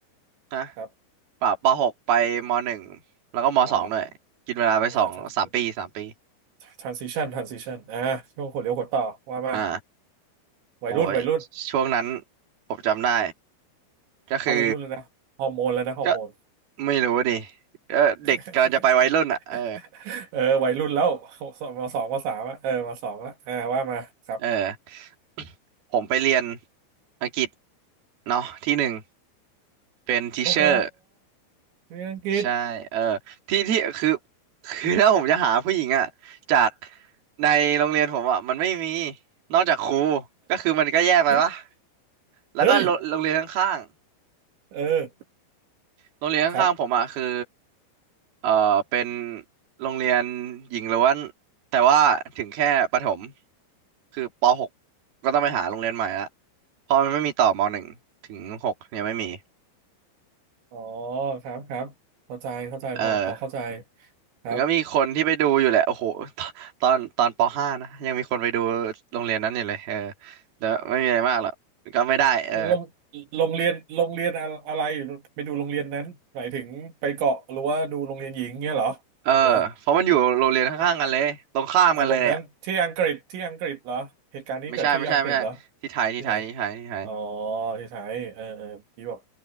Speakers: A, on the right; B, on the right.
A: นะ
B: ครับ
A: ปะปหกไปมหนึ่งแล้วก็มสองด้วยกินเวลาไปสองสามปีสามปี
B: อ๋อเออ transition transition อ่าช่วงหัวเลี้ยวหัวต่อว่ามา
A: อ่า
B: วัยรุ่นวัยรุ่น
A: โอ้ยช่วงนั้นผมจำได้ก็คือ
B: เข้าวัยรุ่นแล้วนะฮอร์โมนแล้วนะฮอร์โมน
A: ก็ไม่รู้ดิก็เด็กกำลังจะไปวัยรุ่นอ่ะเออ
B: <laughs> เออวัยรุ่นแล้วมสองมสามอะเออมสองแลวอ่าว่ามาครับ
A: เออ <coughs> ผมไปเรียนอังกฤษเนาะที่หนึ่งเป็นทิเชอร์
B: โอ้โหเรียนอังกฤษ
A: ใช่เออที่ที่คือคือถ้าผมจะหาผู้หญิงอ่ะจากในโรงเรียนผมอ่ะมันไม่มีนอกจากครูก็คือมันก็แย่ไปวะ
B: <laughs>
A: แล้วก็โรงโรงเรียนข้างๆ
B: เฮ้ยเออ
A: โรงเรียนข้างๆผมอ่ะคือ
B: ครับ
A: เอ่อเป็นโรงเรียนหญิงล้วนแต่ว่าถึงแค่ประถมคือป .6 กก็ต้องไปหาโรงเรียนใหม่ละเพราะมันไม่มีต่อม .1 ถึง .6 ยังไม่มี
B: อ๋อครับครับเข้าใจเข้าใจพอพอเข้าใจ
A: เออ
B: ครับ
A: มันก็มีคนที่ไปดูอยู่แหละโอ้โหตอนตอนป .5 นะยังมีคนไปดูโรงเรียนนั้นอยู่เลยเออแต่ไม่มีอะไรมากหรอกก็ไม่ได้เออ
B: โรงโรงเรียนโรงเรียนอะอะไรไปดูโรงเรียนนั้นหมายถึงไปเกาะหรือว่าดูโรงเรียนหญิงเงี้ยเหรอ
A: เออเพราะมันอยู่โรงเรียนข้างๆกันเลยตรงข้ามกันเลยอะ
B: เหรออะอารมณ์นั้นที่อังกฤษที่อังกฤษเหรอเหตุการณ์นี้เกิดที่อังกฤษเหรอ
A: ไม่ใช่ไม่ใช่ไม่ใช่ที่ไทยที่ไทยที่ไทยที่ไทย
B: ที่ไหน อ๋อที่ไทยเออเออพี่บอก